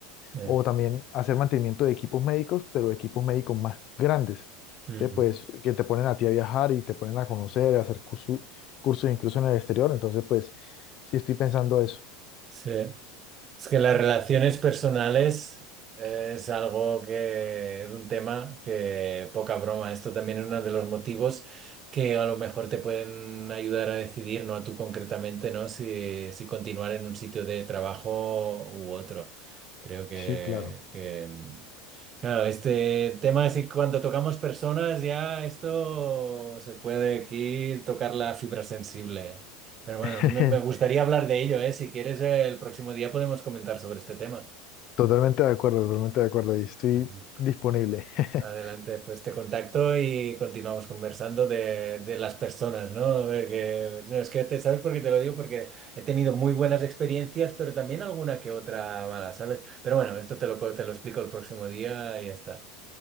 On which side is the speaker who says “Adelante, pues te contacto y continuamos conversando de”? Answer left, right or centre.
Right